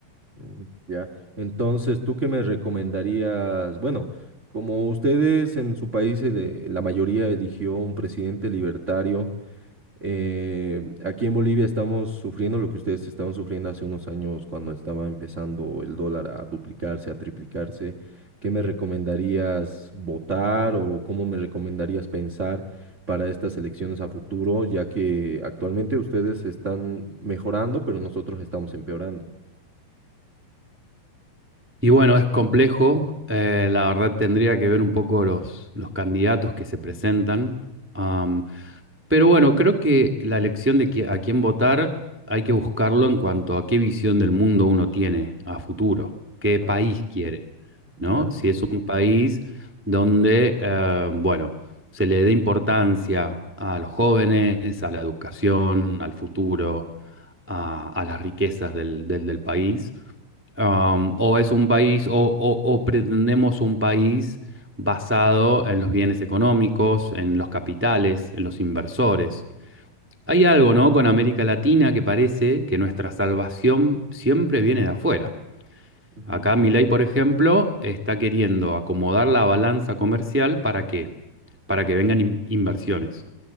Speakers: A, on the right (about 65°); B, on the right (about 15°).
A: mm, ya. Entonces, ¿tú qué me recomendarías? Bueno, como ustedes en su país, eh, la mayoría eligió un presidente libertario. Eh, aquí en Bolivia estamos sufriendo lo que ustedes estaban sufriendo hace unos años cuando estaba empezando el dólar a duplicarse, a triplicarse. ¿Qué me recomendarías votar o cómo me recomendarías pensar para estas elecciones a futuro, ya que actualmente ustedes están mejorando, pero nosotros estamos empeorando?
B: Y bueno, es complejo. eh, la verdad tendría que ver un poco los, los candidatos que se presentan. am, pero bueno, creo que la elección de qui- a quién votar hay que buscarlo en cuanto a qué visión del mundo uno tiene a futuro, qué
A: Ajá,
B: país quiere,
A: ya,
B: ¿no? Si es un país donde, eh, bueno, se le dé importancia a los jóvenes, a la educación, al futuro, a, a las riquezas del del- del país um, o es un país, o, o- o pretendemos un país basado en los bienes económicos, en los capitales, en los inversores. Hay algo, ¿no? Con América Latina que parece que nuestra salvación siempre viene de afuera.
A: ujú,
B: Acá Milei, por ejemplo, está queriendo acomodar la balanza comercial para qué? Para que vengan in- inversiones.